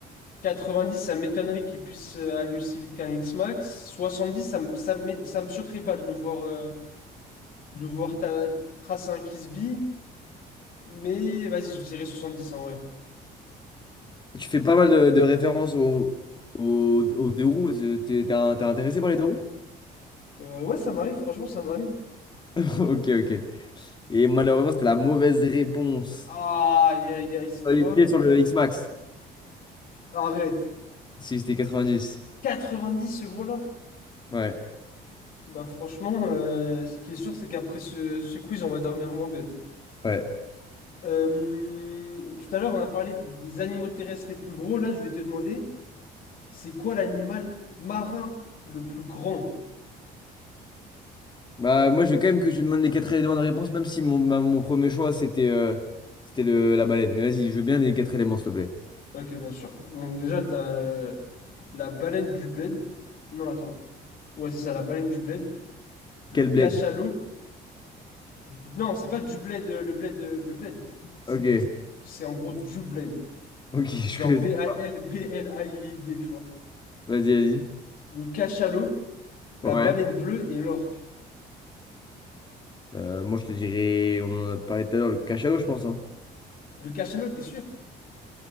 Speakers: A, on the left (about 60°); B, on the left (about 25°).
A: 90, ça m'étonnerait qu'il puisse euh, aller aussi vite qu'un X-Max. 70, ça me, ça me, ça me choquerait pas de le voir, euh, de le voir ta- tracer un Kisby. Mais vas-y, je dirais 70 en vrai.
B: Tu fais pas mal de, de références aux, aux, aux deux roues. euh, T'es t'es un- t'es intéressé par les deux roues?
A: Euh, ouais, ça m'arrive, franchement, ça m'arrive.
B: <laughs> Ok, ok. Et malheureusement, c'était la mauvaise réponse.
A: Ah, aïe, aïe, aïe, c'était
B: J'aurais
A: quoi?
B: été sur le X-Max,
A: Arrête.
B: si c'était 90.
A: 90, ce gros-là?
B: Ouais,
A: Bah franchement, euh, ce qui est sûr, c'est qu'après ce, ce quiz, on va dormir moins bête.
B: ouais.
A: Euh, tout à l'heure, on a parlé des animaux terrestres les plus gros. Là, je vais te demander, c'est quoi l'animal marin le plus grand?
B: Bah, moi, je veux quand même que tu me donnes les quatre éléments de réponse, même si mon, ma- mon premier choix, c'était euh, c'était le, la baleine. Mais vas-y, je veux bien les quatre éléments, s'il te plaît.
A: Ok, bien sûr. Donc déjà, t'as euh, la baleine du bled. Non, attends. Ouais, c'est ça, la baleine du bled. Le
B: Quel bled?
A: cachalot. Non, c'est pas du bled, euh, le bled, euh, le bled. C'est
B: Ok,
A: dit. C'est en gros du bled.
B: ok, <laughs> je
A: Genre
B: connaissais
A: B-A-L-B-L-A-I-D,
B: pas.
A: tu vois.
B: Vas-y, vas-y.
A: Le cachalot, la
B: Ouais.
A: baleine bleue et l'orque.
B: Euh, moi, je te dirais, on en a parlé tout à l'heure, le cachalot, je pense, hein.
A: De cachalot, t'es sûr?